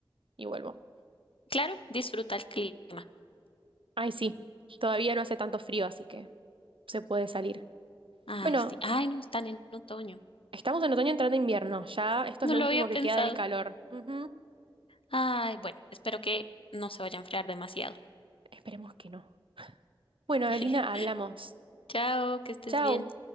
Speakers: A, on the right; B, on the left.
A: y vuelvo.
B: Claro, disfruta el clima.
A: Ay, sí, todavía no hace tanto frío, así que se puede salir.
B: Ay,
A: Bueno,
B: sí. Ay, no, están en otoño.
A: estamos en otoño entrando invierno, ya esto
B: No
A: es lo
B: lo
A: último
B: había pensado.
A: que queda del calor. Ujú,
B: Ay, bueno, espero que no se vaya a enfriar demasiado.
A: Esperemos que no. Bueno, Evelina,
B: <laughs>
A: hablamos.
B: Chao, que estés
A: Chao.
B: bien.